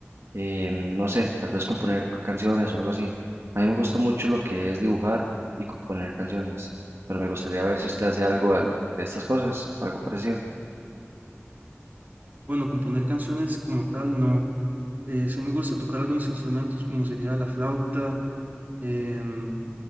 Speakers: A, on the right; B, on the right.
A: eh, no sé, tal vez componer canciones o algo así? A mí me gusta mucho lo que es dibujar y componer canciones, pero me gustaría ver si usted hace algo al- de estas cosas, algo parecido.
B: Bueno, componer canciones como tal, no. Eh, sí me gusta tocar algunos instrumentos como sería la flauta em,